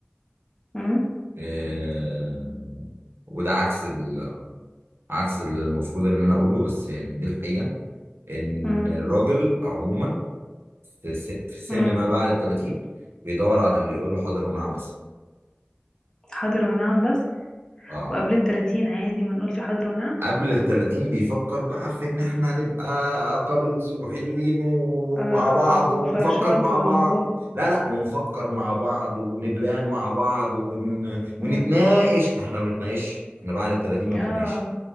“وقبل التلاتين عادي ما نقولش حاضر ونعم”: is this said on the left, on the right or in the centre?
Left